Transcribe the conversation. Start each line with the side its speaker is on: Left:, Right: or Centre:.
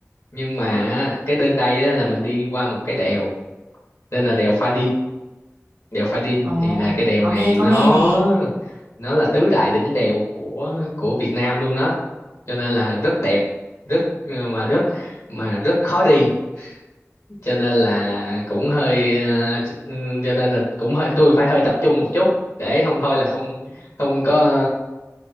Left: Nhưng mà á, cái đến đây á, là mình đi qua một cái đèo, tên là đèo Pha đèo Pha Đin
Right: Ờ
Left: thì là cái đèo
Right: có
Left: này
Right: nghe có
Left: nó
Right: nghe nè
Left: nó là tứ đại đỉnh đèo của của Việt Nam luôn đó cho nên là rất đẹp rất ờ, mà rất mà rất khó đi cho nên là cũng hơi ờ, ch- ừm, cho nên là cũng hơi tôi phải hơi tập trung một chút để không thôi là không không có ờ,